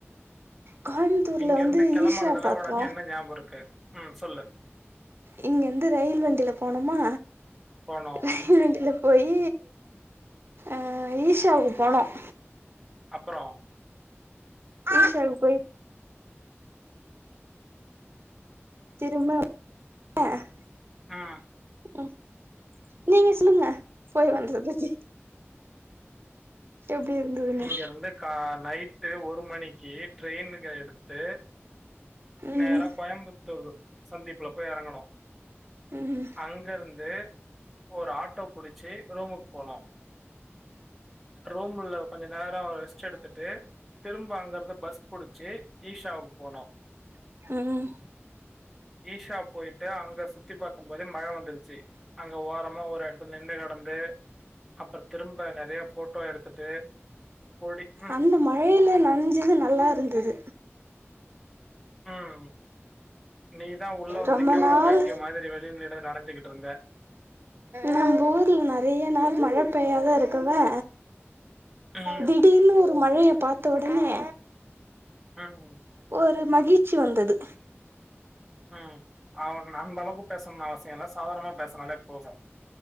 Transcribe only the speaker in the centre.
இங்க
இருந்து கெளம்பானதுல
உனக்கு என்ன ஞாபோ இருக்கு ம் சொல்லு
போனோம்.
அப்புறம்
ஆ
<unintelligible> அந்த கார் நைட்டு ஒரு மணிக்கு ட்ரெயினக்க எடுத்து
நேர கோயம்புத்தூர் சந்திப்புல போய் எறங்கனு
அங்க இருந்து ஒரு ஆட்டோ புடிச்சு ரூமுக்கு போனோம் ரூம்ல நேர ரெஸ்ட் எடுத்துட்டு திரும்ப அங்க இருந்து பஸ் புடிச்சு ஈஷாவுக்கு போனோம்
ஈஷா போயிட்டு அங்க சுத்தி பாத் போதே மழ வந்துருக் ச்சு அங்க ஓரமா ஒரு எடத்துல நின்னு வந்து அப்றம் திரும்ப நறைய போட்டோ எடுத்துட்டு பொடி ம்.
ம் நீ தா உள்ள வந்து
நிக்காம
பைத்திய மாதிரி வெளியல நிட நனஞ் கிட்டு இருந்த
ம்,
ம்
ம் அவ ந அந்த அளவுக்கு பேசனுன் அவசிய இல்ல சாதாரணமா பேசனாலே போதும்